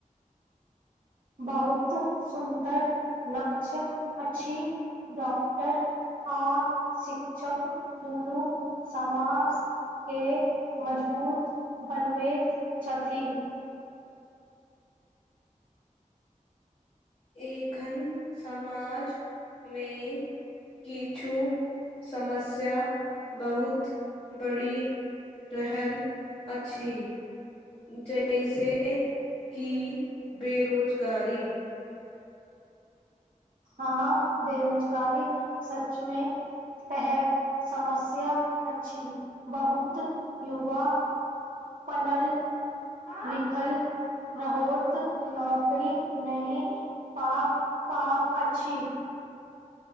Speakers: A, on the right (about 85°); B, on the left (about 45°).
A: बहुत सुन्दर लक्ष्य अछि डॉक्टर आ शिक्षक दुनू समाज के मजबूत बनबैत छथि।
B: एखन समाजमे किछु समस्या बहुत बढ़ि रहल अछि जहिस कि बेरोजगारी
A: हँ बेरोजगारी सचमे प समस्या अछि बहुत युवा पनल लिखल रहत नौकरी नहि पा पाब अछि